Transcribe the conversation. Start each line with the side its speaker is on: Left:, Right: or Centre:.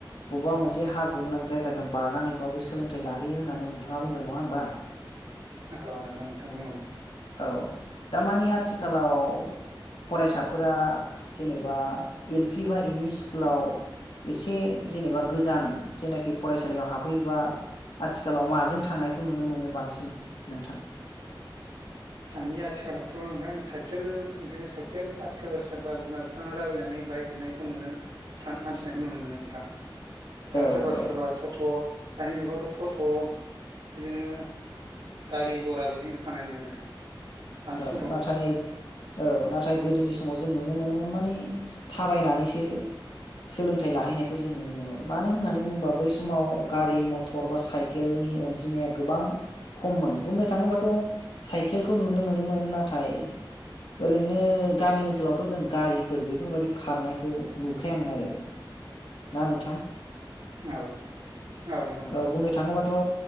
Left: बबा मोनसे हाब्रु गोनां जायगाजों बारनानैबाबो सोलोंथाइ लाहैयो होननानै नोंथाङा बुंदों नङा होमबा।
Right: औ नंगौ नोंथां बुंदोंमोन।
Left: औ दामानि आथिखालाव फरायसाफोरा जेनेबा एल पि बा एम ई स्कुलाव एसे। जेनेबा गोजान जेनाखि फरायसालियाव हाबफैयोबा आथिखालाव माजों थांनायखौ नुनो मोनो बांसिन नोंथां?
Right: दानि आथिखालावथ' नोंथां साइकेल बिदिनो साइकेल सोरबा सोरबा बिमा बिफानाव दाबिनानै बाइक बिनायखौ नुनो हान्थिनायखौ नुनो मोनो नोंथां।
Left: औ
Right: आदसा
Left: औ
Right: सोरबा सोरबा थ'थ'। दानि जुगावथ' थ'थ' बिदिनो गारि घरा बिजोंसो थांनाय नुयो नोंथां। बांसिनखौनो
Left: औ नाथाय। औ नाथाय गोदोनि समाव जों नुनो मोनोमोन मानि थाबायनानैसो सोलोंथाइ लाहैनायखौ जों नुनो मोनोमोन मानो होननानै बुङोबा, बै समाव गारि मथर बा साइकेलनि अनजिमाया गोबां खममोन बुंनो थाङोबाथ' साइकेलखौ नुनो मोनो। मोन नाथाय ओरैनो गामि ओनसोलावथ' जों गारिफोर बेफोरबायदि खारनायखौ नुखायामोन आरो ना नोंथां।
Right: औ। औ नंगौ नोंथां
Left: ओ बुंनो थाङोबाथ'।